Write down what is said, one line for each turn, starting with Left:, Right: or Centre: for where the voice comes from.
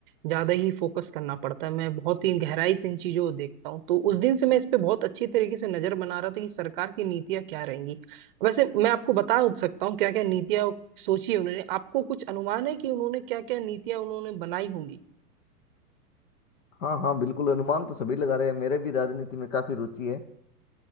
Right: ज्यादा ही फोकस करना पड़ता है मैं बहुत ही गहराई से इन चीजों को देखता हूँ तो उस दिन से मैं इस पे बहुत अच्छी तरीके से नजर बना रहा था कि सरकार की नीतियां क्या रहेंगी वैसे मैं आपको बता सकता हूँ क्या क्या नीतियां सोची है उन्होंने आपको कुछ अनुमान है कि उन्होंने क्या क्या नीतियां उन्होंने बनाई होंगी
Left: हाँ हाँ बिल्कुल अनुमान तो सभी लगा रहे हैं मेरे भी राजनीति में काफी रुचि है